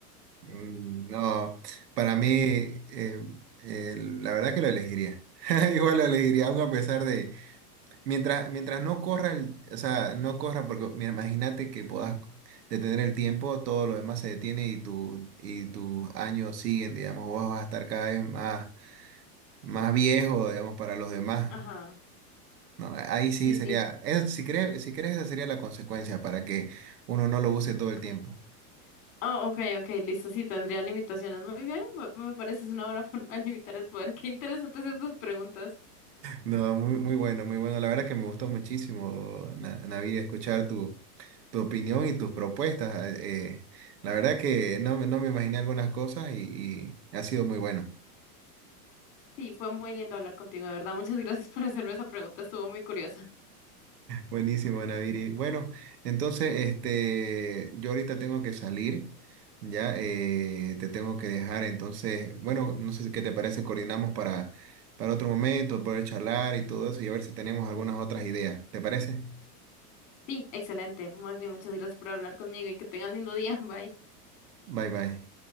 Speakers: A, on the right; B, on the left.
A: Mm, No, para mí, eh, eh, la verdad que lo elegiría. <laughs> Igual lo elegiría, aun a pesar de, mientras, mientras no corra, el- o sea, no corra, porque mira, imagínate que puedas detener el tiempo, todo lo demás se detiene y, tu, y tus años siguen, digamos, vos vas a estar cada vez más, más viejo, digamos, para los demás.
B: Ajá,
A: No, ahí sí
B: sí,
A: sería,
B: sí.
A: es- si crees, si crees, esa sería la consecuencia para que uno no lo use todo el
B: Okay.
A: tiempo.
B: Ah, ok, ok, listo, sí, tendría limitaciones. Muy bien, me, me parece es una buena <laughs> forma de limitar el poder. Qué interesantes estas preguntas.
A: No, muy, muy bueno, muy bueno. La verdad que me gustó muchísimo, Na- Navid, escuchar tu, tu opinión y tus propuestas. Ah, Eh, la verdad que no, me- no me imaginé algunas cosas y, y ha sido muy bueno.
B: Sí, fue muy lindo hablar contigo, de verdad. Muchas gracias por hacerme esa pregunta, estuvo muy curiosa.
A: Buenísimo, Naviri. Bueno, entonces, este, yo ahorita tengo que salir, ya eh, te tengo que dejar. Entonces, bueno, no sé si, qué te parece, coordinamos para, para otro momento, poder charlar y todo eso y a ver si tenemos algunas otras ideas. ¿Te parece?
B: Sí, excelente. Más bien, muchas gracias por hablar conmigo y que tengan lindo día. <laughs> Bye.
A: Bye, bye.